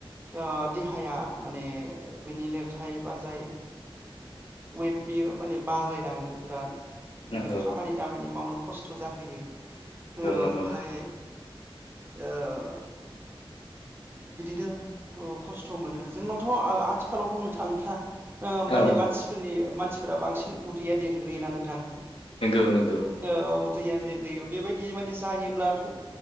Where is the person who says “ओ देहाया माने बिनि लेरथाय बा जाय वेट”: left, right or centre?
Right